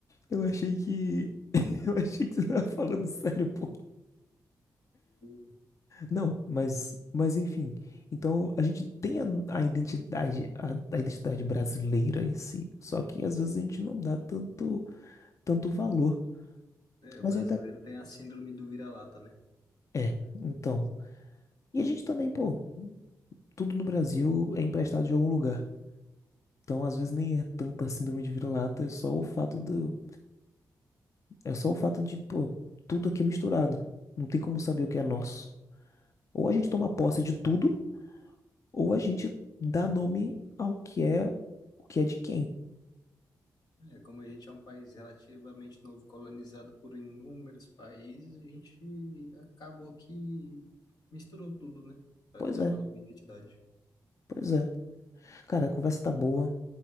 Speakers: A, on the left; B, on the left.
A: eu achei que. <laughs> Eu achei que você tava falando sério, pô.
B: o-
A: Não, mas, mas enfim. Então a gente tem a, a identidade, a, a identidade brasileira em si. Só que às vezes a gente não dá tanto, tanto valor.
B: é, o
A: Mas
B: brasileiro
A: ainda
B: tem a síndrome do vira-lata, né?
A: é, então. E a gente também, pô, tudo no Brasil é emprestado de algum lugar. Então às vezes nem é tanta síndrome de vira-lata, é só o fato do, é só o fato de, pô, tudo aqui é misturado. Não tem como saber o que é nosso. Ou a gente toma posse de tudo, ou a gente dá nome ao que é, o que é de quem.
B: É, como a gente é um país relativamente novo, colonizado por inúmeros países, a gente acabou que misturou tudo, né? Para
A: Pois
B: criar
A: é.
B: uma nova identidade.
A: Pois é. Cara, a conversa tá boa,